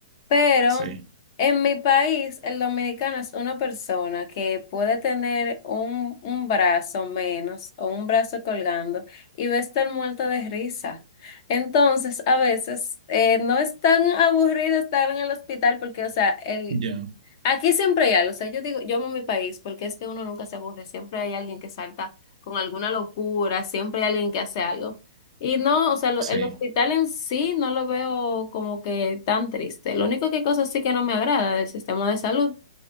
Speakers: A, on the left; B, on the right.
A: Pero
B: sí,
A: en mi país, el dominicano es una persona que puede tener un, un brazo menos o un brazo colgando y va a estar muerto de risa. Entonces, a veces eh, no es tan aburrido estar en el hospital porque, o sea, el,
B: ya,
A: Aquí siempre hay algo, o sea, yo digo, yo amo mi país porque es que uno nunca se aburre, siempre hay alguien que salta con alguna locura, siempre hay alguien que hace algo. Y no, o sea, lo-
B: sí,
A: el hospital en sí no lo veo como que tan triste. Lo único que hay cosas sí que no me agrada del sistema de salud